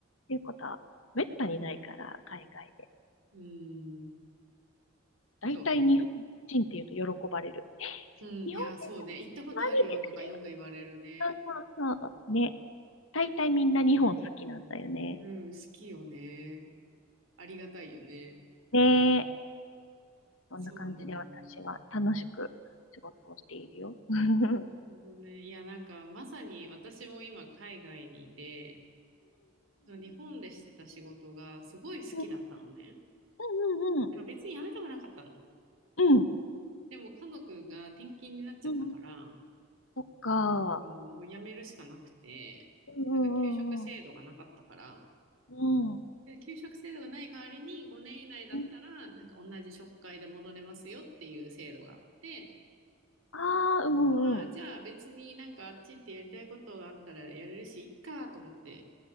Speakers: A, on the left (about 75°); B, on the right (about 70°).
A: ていうことはめったにないから、海外で。
B: うーん。
A: 大体日本人っていうと喜ばれる。
B: そうね。
A: え、
B: うん、
A: 日本
B: いや、そうね。行ったことあるよとかよく言われるね。
A: 人のアニメ好きだよそうそうそう。ね。大体みんな日本好きなんだよね。
B: うん、好きよね。ありがたいよね。
A: ねえ。そんな感じで私は楽しく仕事をしているよ。
B: そうなんだ。
A: <laughs> うんうん
B: なるほどね。いや、なんか、まさに私も今、海外にいて、その日本でしてた仕事がすごい好きだったのね。
A: うんうんうん
B: なんか別に辞めたくなかったの。
A: うんうん
B: でも、家族が転勤になっちゃったから、
A: うん
B: も
A: そっか。
B: う、もう辞めるしかなくて、
A: うんうんうん
B: なんか、給食制度がなかったから、
A: うん。
B: で給食制度がない代わりに5年以内だったらなんか同じ職会で戻れますよっていう制度があって
A: うんああー、うんうんう
B: まあじゃあ別になんかあっち行ってやりたいことがあったらやれるしいっかと思って